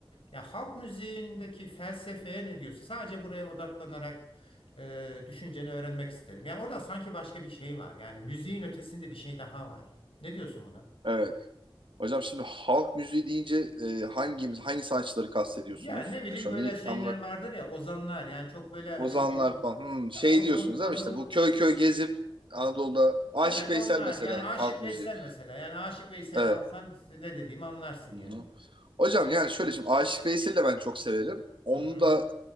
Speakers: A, on the left; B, on the right.
A: Ya halk müziğindeki felsefeye ne diyorsun? Sadece buraya odaklanarak e, düşünceni öğrenmek isterim. Yani orada sanki başka bir şey var. Yani müziğin ötesinde bir şey daha var. Ne diyorsun buna?
B: Evet. Hocam şimdi halk müziği deyince e, hangimiz hangi sanatçıları kastediyorsunuz?
A: Ya ne bileyim
B: E, şu
A: böyle
B: an neyi
A: şeyler
B: tam olarak
A: vardır ya ozanlar yani çok böyle
B: Ozanlar
A: hani günü
B: falan hmm,
A: ya
B: şey
A: o on
B: diyorsunuz değil
A: Anadolu
B: mi işte bu köy köy gezip Anadolu'da Aşık
A: evet
B: Veysel
A: onlar
B: mesela
A: yani Aşık
B: halk
A: Veysel
B: müziği.
A: mesela yani Aşık Veysel'i
B: Evet.
A: alsan ne dediğimi anlarsın yani.
B: Hı-hı. Hocam yani şöyle şimdi Aşık Veysel'i de ben çok severim. Onu
A: Hı-hı.
B: da